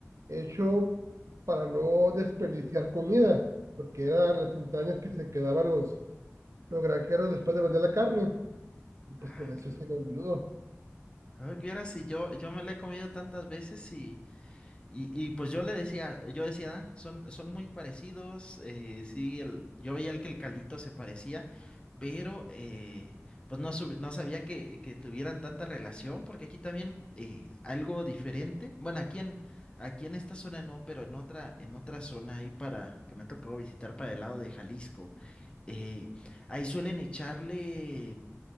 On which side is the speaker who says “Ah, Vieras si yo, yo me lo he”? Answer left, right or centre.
Left